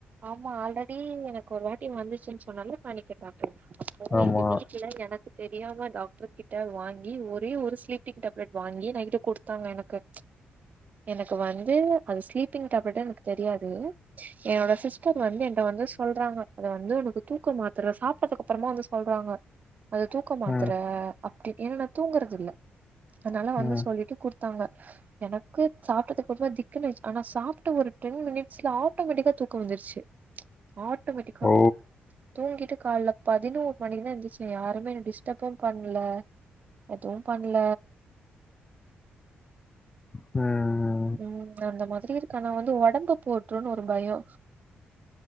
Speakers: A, on the right (about 40°); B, on the left (about 20°).
A: ஆமா ஆல்ரடி எனக்கு ஒரு வாட்டி வந்துச்சுன்னு சொன்னேல பேணிக் அட்டாக் அப்போ
B: ஆமா.
A: எங்க வீட்டுல எனக் தெரியாம டாக்டர் கிட்ட வாங்கி ஒரே ஒரு ஸ்லீப்பிங் டேப்லெட் வாங்கி நைட்டு கொடுத்தாங்க எனக்கு எனக்கு வந்து அது ஸ்லீப்பிங் டேப்லட்டா எனக்கு தெரியாது என்னோட சிஸ்டர் வந்து என்ட வந்து சொல்றாங்க அத வந்து உனக்கு தூக்கு மாத்தற சாப்டதுக்கு அப்பறமா வந்து சொல்றாங்க அது தூக்க மாத்தர
B: ம்.
A: அப்டி ஏன்னா நா தூங்குறதுல்ல அதனால வந்து
B: ம்.
A: சொல்லீட்டு குடுத் தாங்க எனக்கு சாப்டதுக்கு பதிலா திக்குணு ஆயிர்ச் ஆனா சாப்ட ஒரு டென் மினிட்ஸ்ல ஆட்டோ மேட்டிக்கா தூக் தூக்கோ வந்துருச்சு ஆட்டோமேட்டிக்கா
B: ஓ!
A: தூங்கிட்டு கால்ல பதினோர் மணிக்கு தா எந்திர்ச்சே யாருமே என்ன டிஸ்டப்பே பண்ல எதுவு பண்ல
B: ம்
A: ம் அந்த மாதிரி இருக்க ஆனா வந்து ஒடம்பு போட்ரூன் ஒரு பயோ